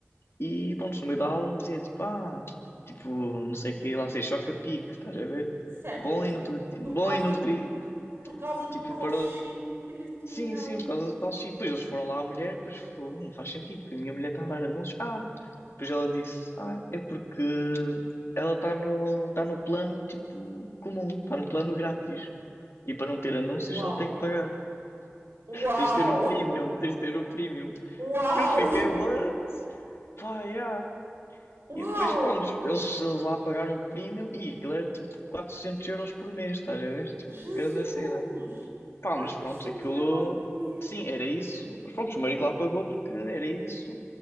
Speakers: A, on the left; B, on the right.
A: e pronto, no meio da aula dizia tipo, ah, tipo, não sei o que, lá sei, choca-pique, estás a ver?
B: certo,
A: Bom
B: mas
A: e nutri...
B: por
A: bom
B: causa
A: e nutri,
B: por causa do
A: tipo,
B: tal
A: para
B: chip que lhe tinham.
A: Sim, sim, por causa do tal chip. Depois eles foram lá à mulher, pois foi, não faz sentido, porque a minha mulher está a dar anúncios. Ah, depois ela disse, ah, é porque ela está no, tá no plano tipo comum, está no plano grátis. E para não ter anúncios
B: Uau!
A: ela tem que pagar.
B: Uau!
A: Tens de ter o premium, tens de ter o premium.
B: Uau!
A: Eu fiquei, what? Pá, yeah. E
B: Uau!
A: depois, pronto, eles, eles lá pagaram o premium e aquilo era tipo 400 euros por mês, estás a ver? Tipo,
B: Jesus!
A: cada cena. Pá,
B: quatrocentos
A: mas pronto, aquilo.
B: euros por mês.
A: Sim, era isso. Mas pronto, o marido lá pagou porque era isso.